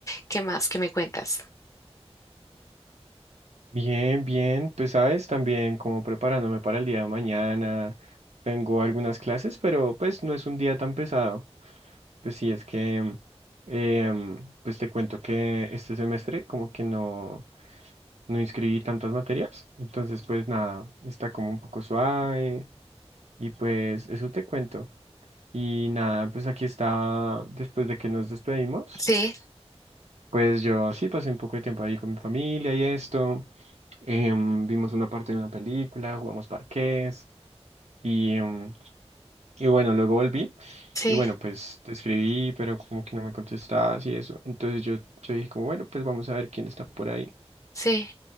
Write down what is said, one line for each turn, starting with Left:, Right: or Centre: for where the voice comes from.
Left: ¿Qué más que me cuentas?
Right: Bien, bien. Pues sabes, también como preparándome para el día de mañana. Tengo algunas clases, pero pues no es un día tan pesado. Pues sí, es que, em, pues te cuento que este semestre como que no, no inscribí tantas materias. Entonces, pues nada, está como un poco suave. Y pues eso te cuento. Y nada, pues aquí está después de que nos despedimos.
Left: Sí,
Right: Pues yo sí pasé un poco de tiempo ahí con mi familia y esto. em, vimos una parte de una película, jugamos parqués y, em, y bueno, luego volví
Left: sí,
Right: y bueno, pues te escribí, pero como que no me contestabas y eso. Entonces yo, yo dije como, bueno, pues vamos a ver quién está por ahí.
Left: sí.